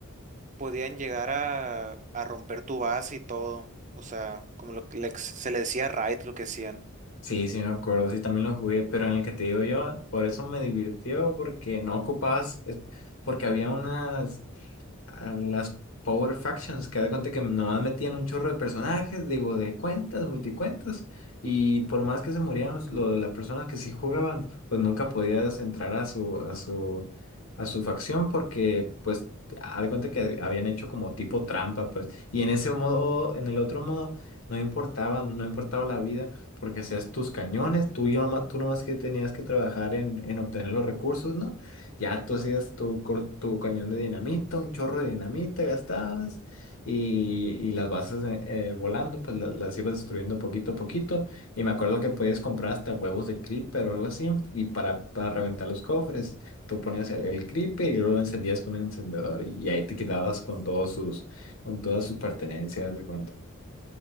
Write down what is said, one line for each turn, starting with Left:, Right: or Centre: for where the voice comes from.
Right: podían llegar a, a romper tu base y todo, o sea, como lo que le- se le decía raid lo que hacían.
Left: Sí, sí me acuerdo, sí también lo jugué, pero en el que te digo yo, por eso me divirtió, porque no ocupabas, es- porque había unas a las Power Factions, que haz de cuenta que nomás metían un chorro de personajes, digo, de cuentas, multicuentas, y por más que se murieran los- lo de las personas que sí jugaban, pues nunca podías entrar a su, a su, a su facción porque, pues, haz de cuenta que habían hecho como tipo trampa, pues, y en ese modo, en el otro modo, no importaba, no importaba la vida, porque hacías tus cañones, tú, y noma- tú nomás que tenías que trabajar en, en obtener los recursos, ¿no? Ya tú hacías tu, cor- tu cañón de dinamita, un chorro de dinamita gastabas y, y las bases eh, eh, volando, pues la- las, ibas destruyendo poquito a poquito. Y me acuerdo que podías comprar hasta huevos de creeper o algo así y para, para reventar los cofres, tú ponías el, el creeper y luego lo encendías con un encendedor y, y ahí te quedabas con todos sus, con todas sus pertenencias de cuento.